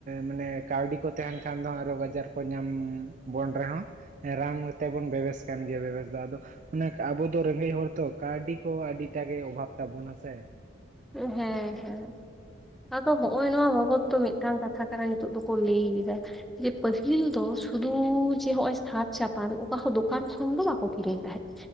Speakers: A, on the right (about 40°); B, in the centre.
A: ᱢᱟᱱᱮ ᱠᱟᱹᱣᱰᱤ ᱠᱚ ᱛᱟᱸᱦᱮᱱ ᱠᱷᱟᱱ ᱫᱚ ᱟᱨᱦᱚᱸ ᱟᱡᱟᱨ ᱠᱚ ᱧᱟᱢ ᱵᱚᱱ ᱨᱮᱦᱚᱸ ᱨᱟᱱ ᱛᱮᱵᱚᱱ ᱵᱮᱵᱮᱥ ᱠᱟᱱ ᱜᱮᱭᱟ ᱵᱮᱵᱮᱥ ᱟᱫᱚ ᱟᱫᱚ ᱚᱱᱮ ᱟᱵᱚ ᱫᱚ ᱨᱮᱸᱜᱮᱡ ᱦᱚᱲ ᱛᱚ ᱠᱟᱹᱣᱰᱤ ᱠᱚ ᱟᱹᱰᱤᱴᱟ ᱜᱮ ᱚᱵᱷᱟᱵᱽ ᱛᱟᱵᱚᱱᱟ ᱥᱮ
B: ᱦᱮᱸ ᱦᱮᱸ ᱟᱫᱚ ᱦᱚᱸᱜᱼᱚᱭ ᱱᱚᱣᱟ ᱵᱟᱵᱚᱫ ᱫᱚ ᱢᱤᱫ ᱴᱟᱝ ᱠᱟᱛᱷᱟ ᱠᱟᱱᱟ ᱱᱤᱛᱚᱜ ᱫᱚᱠᱚ ᱞᱟᱹᱭ ᱮᱫᱟ ᱡᱮ ᱯᱟᱹᱦᱤᱞ ᱫᱚ ᱥᱩᱫᱷᱩ ᱡᱮ ᱦᱚᱸᱜᱼᱚᱭ ᱥᱟᱨ ᱪᱷᱟᱯᱟᱱ ᱚᱠᱟ ᱦᱚᱸ ᱫᱚᱠᱟᱱ ᱠᱷᱚᱱ ᱫᱚ ᱵᱟᱠᱚ ᱠᱤᱨᱤᱧ ᱛᱟᱦᱮᱸᱫ᱾